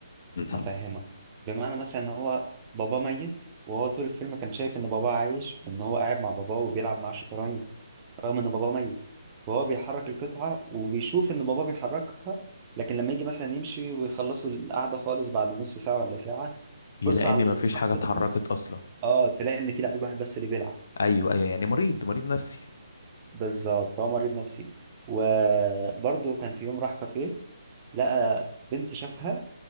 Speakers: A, on the left; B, on the right.
A: <clears throat>
B: هفهمك بمعنى مثلا ان هو باباه ميت وهو طول الفيلم كان شايف ان باباه عايش ان هو قاعد مع باباه وبيلعب معاه شطرنج رغم ان باباه ميت وهو بيحرك القطعة وبيشوف ان باباه بيحركها لكن لما يجي مثلا يمشي ويخلصوا القعدة خالص بعد نص ساعة ولا ساعة
A: يلاقي
B: بص على
A: ان
B: القطعة
A: مفيش حاجة اتحركت
B: <laughs>
A: اصلا
B: اه تلاقي ان في لعيب واحد بس اللي بيلعب
A: ايوه ايوه يعني مريض مريض نفسي
B: بالظبط فهو مريض نفسي وبرضه كان في يوم راح كافيه لقى بنت شافها